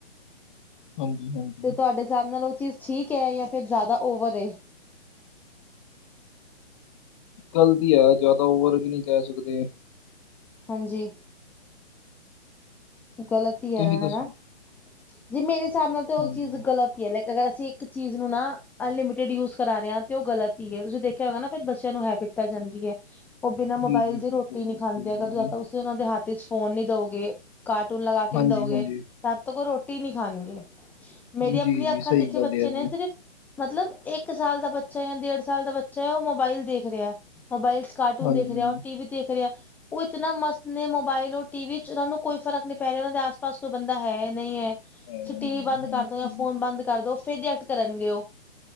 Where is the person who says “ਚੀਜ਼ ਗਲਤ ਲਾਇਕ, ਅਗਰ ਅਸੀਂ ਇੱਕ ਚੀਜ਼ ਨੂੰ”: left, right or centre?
Centre